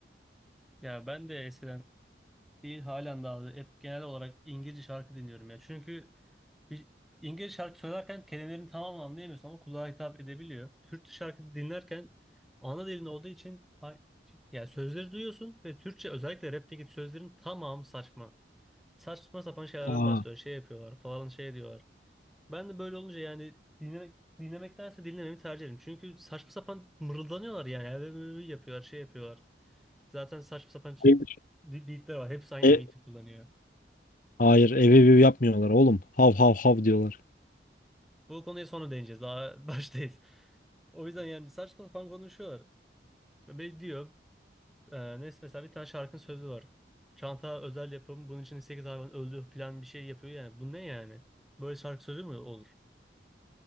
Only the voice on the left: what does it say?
Aa.
Hayır,
e-
hayır ev ev ev yapmıyorlar oğlum. Hav hav hav diyorlar.